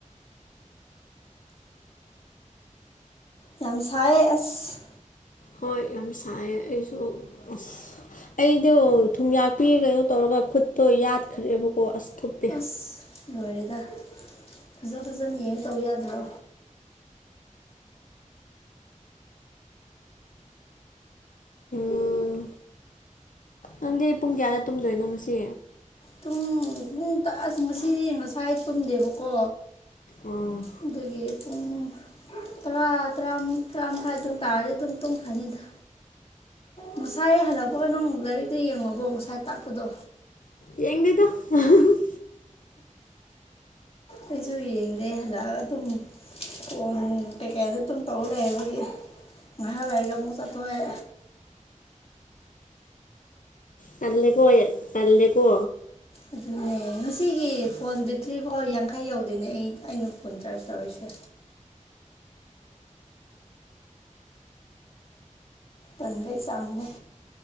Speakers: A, on the left; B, on the left.
A: ꯌꯥꯝ ꯁꯥꯏ ꯑꯁ
B: ꯍꯣꯏ ꯌꯥꯝ ꯁꯥꯏꯌꯦ ꯑꯩꯁꯨ ꯑ ꯑꯁ ꯑꯩꯗꯣ ꯊꯨꯝꯌꯥꯛꯄꯤ ꯀꯩꯅꯣ ꯇꯧꯔꯒ ꯈꯨꯠꯇꯣ ꯌꯥꯠꯈ꯭ꯔꯦꯕꯀꯣ ꯑꯁ ꯊꯨꯞꯇꯦ
A: ꯑꯁ ꯂꯣꯏꯔꯦꯗ ꯐꯖ ꯐꯖꯅ ꯌꯦꯡꯉ ꯇꯧ ꯌꯥꯗ꯭ꯔꯣ
B: ꯎꯝ ꯅꯪꯗꯤ ꯄꯨꯡ ꯀꯌꯥꯗ ꯇꯨꯝꯗꯣꯏꯅꯣ ꯉꯁꯤ
A: ꯇꯨꯡ ꯄꯨꯡ ꯇꯑꯁ ꯉꯁꯤꯗꯤ ꯉꯁꯥꯏ ꯇꯨꯝꯗꯦꯕꯀꯣ
B: ꯑꯣ
A: ꯑꯗꯨꯒꯤ ꯄꯨꯡ ꯥ ꯇꯔꯥ ꯇꯔꯥꯝ ꯇꯔꯥ ꯃꯈꯥꯏ ꯑꯗꯨꯝ ꯇꯥꯔꯗꯤ ꯑꯗꯨꯝ ꯇꯨꯝꯈꯔꯥꯅꯤꯗ ꯉꯁꯥꯏ ꯍꯜꯂꯛꯄꯒ ꯅꯪ ꯂꯥꯏꯔꯤꯛꯗ ꯌꯦꯡꯉꯕꯣ ꯉꯁꯥꯏ ꯇꯥꯛꯄꯗꯣ
B: ꯌꯦꯡꯗꯤꯗꯥ <unintelligible>
A: ꯑꯩꯁꯨ ꯌꯦꯡꯗꯦ ꯍꯜꯂꯛꯑꯒ ꯑꯗꯨꯝ ꯐꯣꯟ ꯀꯩꯀꯩꯗ ꯑꯗꯨꯝ ꯇꯧꯔ ꯂꯩꯕꯒꯤ ꯉꯥꯏꯍꯥꯛ ꯂꯩꯥꯏꯔꯒ ꯑꯃꯨꯛ ꯆꯠꯊꯣꯛꯑꯦ
B: ꯇꯜꯂꯦꯀꯣ ꯇꯜꯂꯦꯀꯣ
A: ꯑꯗꯨꯅꯦ ꯉꯁꯤꯒꯤ ꯐꯣꯟ ꯕꯦꯠꯇ꯭ꯔꯤꯐꯥꯎ ꯌꯥꯡꯈꯩ ꯌꯧꯗꯦꯅꯦ ꯑꯩ ꯑꯩꯅ ꯐꯣꯟꯆꯥꯥꯔꯖ ꯇꯧꯔꯤꯁꯦ ꯇꯟꯕꯩ ꯆꯥꯡꯗꫭ